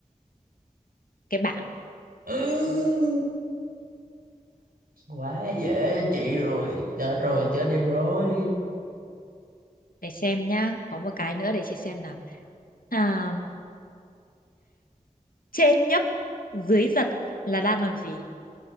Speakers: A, on the left; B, on the right.
A: cái bảng
B: Ừ. quá dễ cho chị rồi chết rồi chết em rồi
A: để xem nhá có một cái nữa để chị xem nào à, trên nhấp dưới giật là đang làm gì